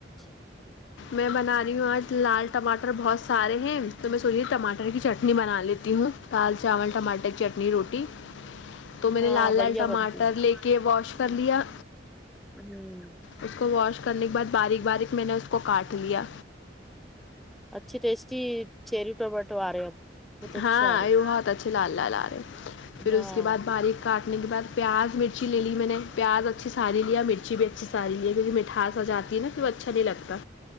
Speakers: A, in the centre; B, on the left.
A: ہ
B: میں بنا رہی ہوں آج لال ٹماٹر بہت سارے ہیں تو میں سوچے ٹماٹر کی چٹنی بنا لیتی ہوں دال چاول ٹماٹر چٹنی روٹی تو میں
A: ہاں
B: نے لال
A: بڑھیا
B: لال ٹماٹر
A: بنتی ہے۔
B: لے کے واش کر لیا
A: ہوں
B: اس کو واش کرنے کے بعد باریک باریک میں نے اس کو کاٹ لیا
A: اچھی ٹیسٹی چیری ٹماٹو آ رہے اب بہت اچھے
B: ہاں
A: آ رہے
B: یہ بہت اچھے لال لال آ رہے پھر
A: ہاں
B: اس کے بعد باریک کاٹنے کے بعد پیاز مرچی لے لی میں نے پیاز اچھی ساری لیا مرچی بھی اچھی ساری لہے کیونکہ مٹھاس جاتی ہے نا کہ وہ اچھا نہیں لگتا